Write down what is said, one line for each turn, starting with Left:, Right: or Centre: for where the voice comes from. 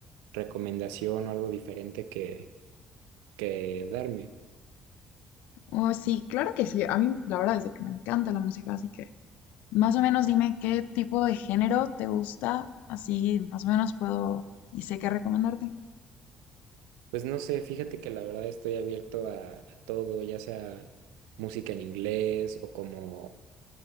Right: recomendación o algo diferente que, que darme.
Left: Oh, sí, claro que sí. A mí la verdad es que me encanta la música, así que más o menos dime qué tipo de género te gusta, así más o menos puedo y sé qué recomendarte.
Right: Pues no sé, fíjate que la verdad estoy abierto a, a todo, ya sea música en inglés o como